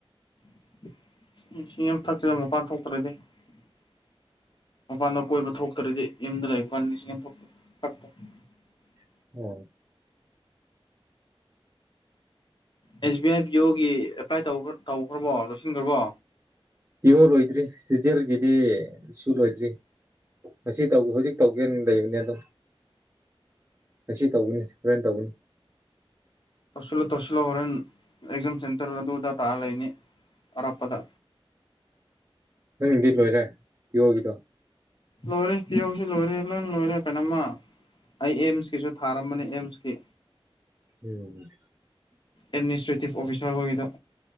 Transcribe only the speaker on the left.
<unintelligible> <unintelligible>
ꯑꯦꯁ ꯕꯤ ꯑꯥꯏ ꯕꯤꯌꯣꯒꯤ ꯑꯦꯄ꯭ꯂꯥꯏ ꯇꯧꯕ ꯇꯧꯈ꯭ꯔꯕꯣ ꯂꯣꯏꯁꯤꯟꯈ꯭ꯔꯕꯣ
ꯇꯧꯁꯟꯂꯣ ꯇꯧꯁꯟꯂꯣ ꯍꯣꯔꯦꯟ ꯑꯦꯛꯖꯥꯝ ꯁꯦꯟꯇꯔ ꯑꯗꯨ ꯑꯗꯥ ꯇꯥ ꯂꯩꯅꯤ ꯑꯔꯥꯞꯄꯗ
ꯂꯣꯏꯔꯦ ꯄꯤꯑꯣꯒꯤꯁꯨ ꯂꯣꯏꯔꯦ ꯂꯣꯏ ꯂꯣꯏꯔꯦ ꯀꯩꯅꯣꯝꯃ ꯑꯩ ꯑꯦꯝꯁꯀꯤꯁꯨ ꯊꯥꯔꯝꯕꯅꯤ ꯑꯦꯝꯁꯀꯤ
ꯑꯦꯗꯃꯤꯁꯇ꯭ꯔꯦꯇꯤꯞ ꯑꯣꯐꯤꯁꯔ ꯍꯣꯏꯒꯤꯗ